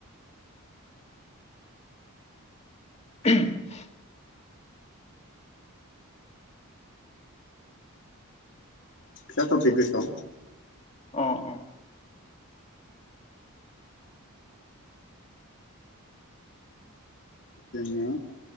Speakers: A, on the left (about 30°); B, on the left (about 55°).
A: <unintelligible> <inaudible>
B: फिसा टपिक गोसोआव <unintelligible>
A: अ अ
B: जोङो